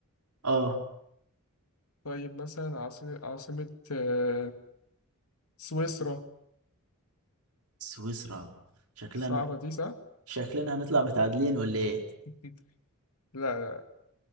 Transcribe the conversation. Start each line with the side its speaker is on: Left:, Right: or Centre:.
Right: اه
Left: طيب مثلا عاصمة عاصمة آه، سويسرا
Right: سويسرا شكلنا
Left: صعبة
Right: نط...
Left: دي صح؟
Right: شكلنا هنطلع متعادلين ولا ايه
Left: <laughs> لا